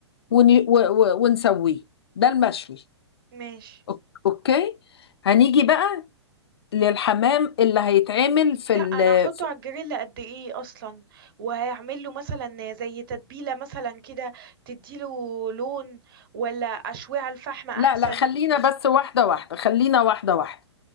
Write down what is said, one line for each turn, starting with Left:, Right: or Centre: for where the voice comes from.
Left: ون... و... و... ونسويه ده المشوي
Right: ماشي
Left: أوك- اوكي هنيجي بقى للحمام اللي هيتعمل في
Right: لا
Left: ال...
Right: انا هحطه
Left: في-
Right: على الجريل قد ايه اصلا وهعمل له مثلا زي تتبيله مثلا كده تديله لون ولا اشويه على الفحم احسن
Left: لا لا خلينا بس واحدة واحدة خلينا واحدة واحدة